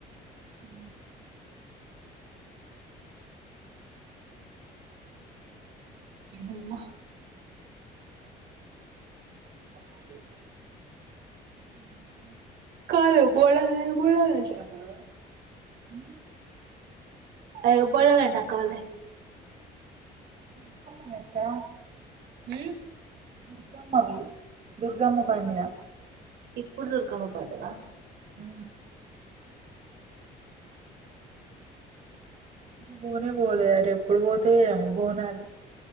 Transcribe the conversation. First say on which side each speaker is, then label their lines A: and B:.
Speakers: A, on the right (about 45°); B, on the right (about 75°).
A: ఉ
B: అమ్మ అవుదేనా
A: ఉమ్
B: కాదు బోనాలు ఏం బోనాలు చేస్తున్నారు
A: అ
B: ఏం బోనాలంట అక్క వాళ్ళై
A: <unintelligible>
B: ఉమ్
A: దుర్గమ్మవి. దుర్గమ్మ పండుగ.
B: ఇప్ ప్పుడు దుర్గమ్మ పండగ
A: ఆ పోనే పోలే అటు ఎప్పుడు పోతాయో ఏమో బోనాలు